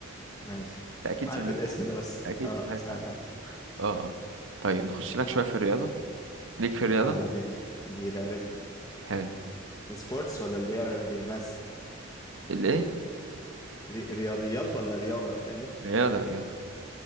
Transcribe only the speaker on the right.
أنت أكيد
سمعت
عنه
أكيد
سمعت
عنه
أه آه. طيب نخش لك شوية في الرياضة ليك في الرياضة
حلو
الإيه؟
رياضة رياضة